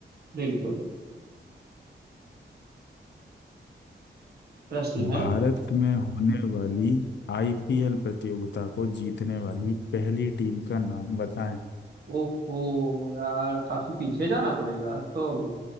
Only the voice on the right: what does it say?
बिल्कुल प्रश्न है
ओहो यार काफी पीछे जाना पड़ेगा तो अब